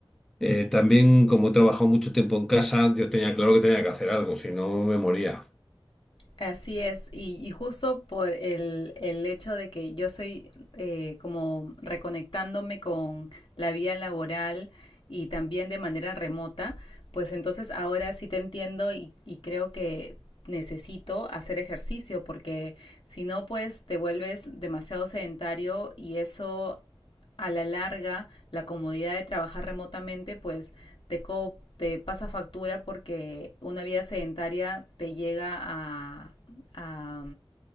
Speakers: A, in the centre; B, on the left (about 65°).
A: Eh, también, como he trabajado mucho tiempo en casa, yo tenía claro que tenía que hacer algo, si no me moría.
B: Así es, y, y justo por el, el hecho de que yo soy eh, como reconectándome con la vía laboral y también de manera remota, pues entonces ahora sí te entiendo y, y creo que necesito hacer ejercicio porque si no pues te vuelves demasiado sedentario y eso a la larga la comodidad de trabajar remotamente pues te, co te pasa factura porque una vida sedentaria te llega a, a,